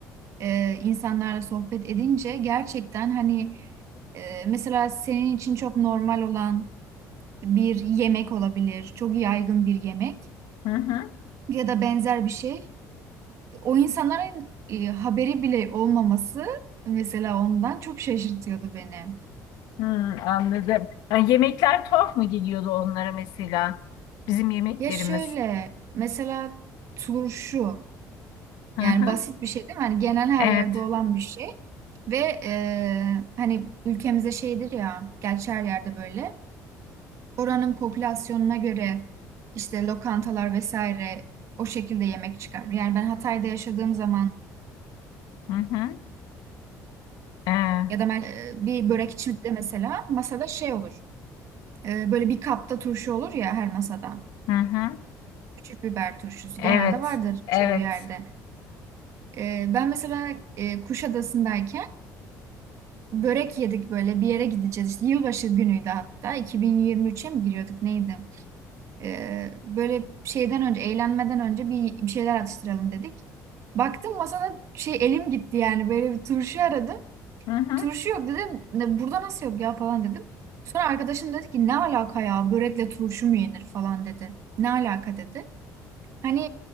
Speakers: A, on the right; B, on the left.
A: eee, insanlarla sohbet edince gerçekten hani eee, mesela senin için çok normal olan bir yemek olabilir, çok yaygın bir yemek
B: Hı hı.
A: ya da benzer bir şey. O insanların e, haberi bile olmaması mesela ondan çok şaşırtıyordu beni.
B: Hmm, anladım. Yani yemekler tuhaf mı geliyordu onlara mesela? Bizim yemeklerimiz.
A: Ya şöyle mesela turşu
B: Hı
A: yani
B: hı.
A: basit bir şey değil mi? Hani genel her
B: Evet.
A: yerde olan bir şey ve e, hani ülkemizde şeydir ya gerçi her yerde böyle oranın popülasyonuna göre işte lokantalar vesaire o şekilde yemek çıkar. Yani ben Hatay'da yaşadığım zaman
B: Hı hı. Ee,
A: Ya da mer- e, bir börekçi de mesela masada şey olur. E, Böyle bir kapta turşu olur ya her masada.
B: hı hı.
A: Küçük biber turşusu
B: Evet.
A: genelde vardır
B: Evet.
A: çoğu yerde. E, Ben mesela e, Kuşadası'ndayken börek yedik böyle bir yere gideceğiz. İşte yılbaşı günüydü hatta 2023'e mi giriyorduk neydi? E, Böyle şeyden önce eğlenmeden önce bir, bir şeyler atıştıralım dedik. Baktım masada şey elim gitti yani böyle bir turşu aradım.
B: Hı hı.
A: Turşu yok dedim. Ne, burada nasıl yok ya falan dedim. Sonra arkadaşım dedi ki ne alaka ya börekle turşu mu yenir falan dedi. Ne alaka dedi. Hani